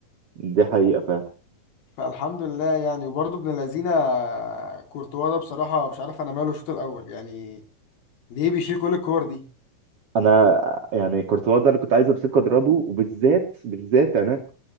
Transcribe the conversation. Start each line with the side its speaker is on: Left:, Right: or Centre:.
Right: دي حقيقه فعلا
Left: فالحمد لله يعني وبرضه ابن الذين كورتوا ده بصراحه مش عارف انا ماله الشوط الاول يعني ليه بيشيل كل الكور دي
Right: انا يعني كورتوا ده انا كنت عايز امسكه اضربه وبالذات بالذات انا